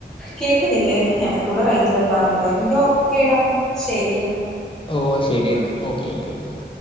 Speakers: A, in the centre; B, on the left.
A: കേക്കുന്നില്ലേ എടക്കൂടെ റേഞ്ച് കെട്ടാവുന്നുണ്ടോ എങ്കി ഓക്കേടാ ശരിയെങ്കി
B: ഓഹ് ശരി എന്നാ ഓക്കെ ഓക്കെ ഓക്കെ